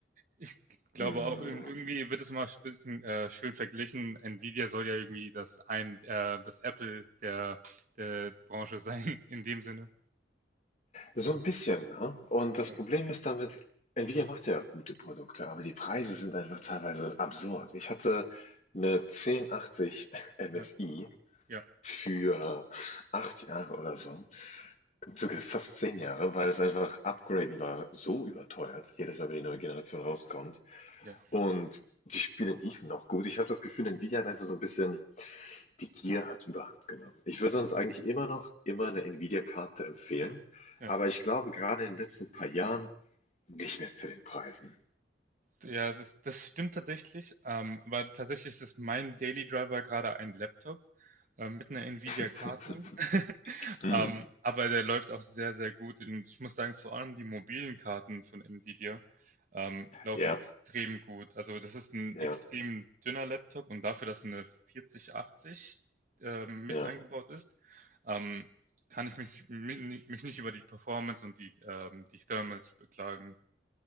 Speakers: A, on the right (about 45°); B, on the left (about 40°).
A: Ich glaube
B: Mm,
A: auch, ir- irgendwie wird es mal ein bisschen äh, schön verglichen. Nvidia soll ja irgendwie das, AM äh, das Apple der, der Branche <laughs> sein, in dem Sinne.
B: So ein bisschen, ne? Und das
A: Ja,
B: Problem ist damit, Nvidia macht ja gute Produkte, aber die Preise sind einfach teilweise absurd. Ich hatte 'ne 1080 MSI
A: ja, ja,
B: für 8 Jahre oder so, sogar fast 10 Jahre, weil es einfach upgraden war so überteuert, jedes Mal, wenn die neue Generation rauskommt.
A: ja.
B: Und die Spiele liefen noch gut. Ich habe das Gefühl, Nvidia hat einfach so ein bisschen die Gier hat Überhand genommen. Ich würde sonst eigentlich immer noch immer eine Nvidia-Karte empfehlen,
A: Ja,
B: aber ich glaube, gerade in den letzten paar Jahren nicht mehr zu den Preisen.
A: ja das, das stimmt tatsächlich. Ähm, aber tatsächlich ist mein Daily Driver gerade ein Laptop äh, mit einer Nvidia-Karte.
B: <laughs> Hm,
A: Ähm, aber der läuft auch sehr, sehr gut. Und ich muss sagen, vor allem die mobilen Karten von Nvidia ähm, laufen
B: Ja,
A: extrem gut. Also das ist ein
B: ja,
A: extrem dünner Laptop und dafür, dass eine 4080 ähm, mit
B: ja.
A: eingebaut ist, ähm, kann ich mich, mich, mich nicht über die Performance und die, ähm, die Thermals beklagen.